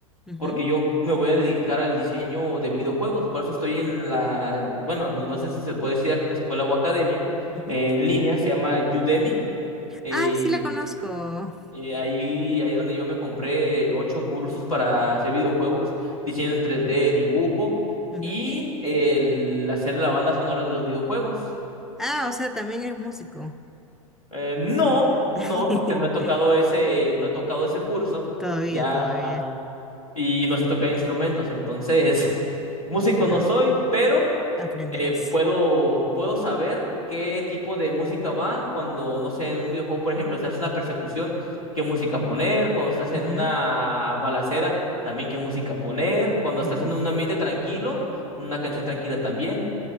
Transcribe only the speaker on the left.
porque yo me voy a dedicar al diseño de videojuegos. Por eso estoy en la, bueno, no sé si se puede decir escuela o academia,
eh, en línea, se llama Udemy eh,
Eh, ahí, ahí es donde yo me compré ocho cursos para hacer videojuegos, diseño en tres d dibujo
y el hacer la banda sonora de los videojuegos.
Eh, no,
no, porque no he tocado ese, no he tocado ese curso
ya
y no sé tocar instrumentos, entonces <laughs> músico
no soy, pero
eh, puedo, puedo saber qué tipo de música va cuando, no sé, en un videojuego, por ejemplo, estás en una persecución, qué música poner, cuando estás
en una balacera, también qué música poner, cuando
estás en un ambiente tranquilo, una canción tranquila también.